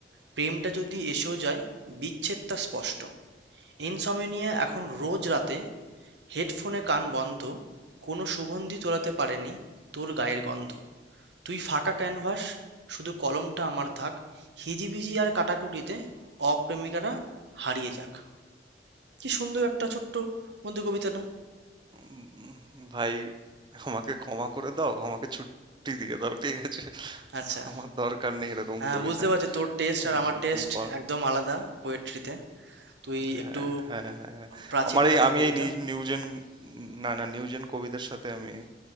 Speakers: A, on the right; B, on the right.
A: প্রেমটা যদি এসেও যায় বিচ্ছেদটা স্পষ্ট ইনসমনিয়া এখন রোজ রাতে হেডফোনে কান বন্ধ কোনো সুগন্ধি তোলাতে পারেনি তোর গায়ের গন্ধ তুই ফাঁকা ক্যানভাস শুধু কলমটা আমার থাক হিজিবিজি আর কাটাকুটিতে অপ্রেমিকারা হারিয়ে যাক কি সুন্দর একটা ছোট্ট মধ্যে কবিতা না
B: উম, ভাই আমাকে ক্ষমা করে দাও আমাকে ছুটি দিয়ে দাও ঠিক আছে
A: আচ্ছা
B: আমার দরকার নেই এরকম
A: হ্যাঁ
B: কবিতা
A: বুঝতে পারছি তোর টেস্ট
B: ঠিক
A: আর
B: আছে
A: আমার টেস্ট
B: তুই পড়
A: একদম আলাদা পোয়েট্রিতে তুই
B: হ্যাঁ
A: একটু
B: হ্যাঁ হ্যাঁ হ্যাঁ।
A: প্রাচীন
B: আমার এই
A: গাথা
B: আমি
A: কবিতা
B: এই নি- নিউজেন না না নিউজেন কবিদের সাথে আমি